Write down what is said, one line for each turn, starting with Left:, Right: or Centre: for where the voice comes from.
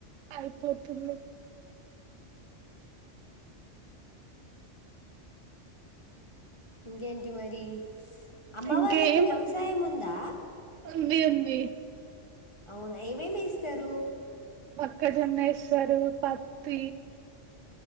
Right: అయిపోతుంది
Left: ఇంకేంటి మరి అమ్మ
Right: ఇంకేం
Left: వాళ్ళకి వ్యవసాయం ఉందా
Right: ఉంది ఉంది
Left: అవునా ఏమేమి ఎస్తారు
Right: మొక్కజొన్నెస్తారు పత్